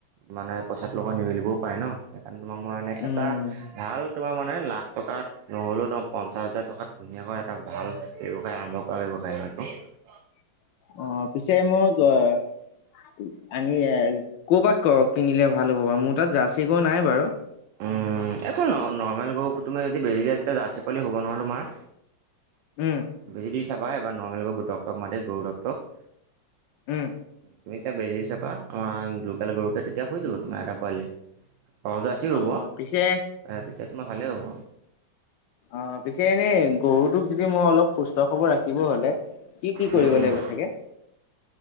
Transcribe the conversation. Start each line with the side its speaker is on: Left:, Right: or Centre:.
Right: মানে পইচাটোৰ লগত নিমিলিবও পাৰে ন সেইকাৰণে তোমাৰ মানে এটা
Left: উম
Right: ভাল তোমাৰ মানে লাখ টকাত নহ'লেও তোমাৰ পঞ্চাছ হাজাৰ টকাত ধুনীয়াকৈ এটা ভাল ব্যৱসায় আৰম্ভ কৰা ব্যৱসায় হয়তো।
Left: <inaudible> অঁ পিছে মোক <unintelligible> ক'ৰ পা কিনিলে ভাল হ'ব বাৰু মোৰ তাত জাৰ্চি গৰু নাই বাৰু।
Right: উম এইটো নৰ্মেল গৰু তুমি যদি বেজি তেতিয়া জাৰ চিকলি হ'ব নোৱাৰ তোমাৰ
Left: উম
Right: বেজি দি চাবা এবাৰ নৰ্মেল গৰুক ডক্টৰক মাতি গৰু ড্টৰক
Left: উম
Right: তুমি এতিয়া বেজি চাপা আমাৰ লোকেল গৰুকে তেতিয়া হৈ যাব তোমাৰ এটা পোৱালি ঘৰজাচিৰ'ব
Left: অ পিছে
Right: তেতিয়া তোমাৰ ভালেই হ'ব
Left: অ পিছে এনেই গৰুটোক যদি মই অলপ সুস্থ খবৰ ৰাখিম থাকিব হলে কি কি কৰিব
Right: উম
Left: লাগিব
Right: উম
Left: চাগে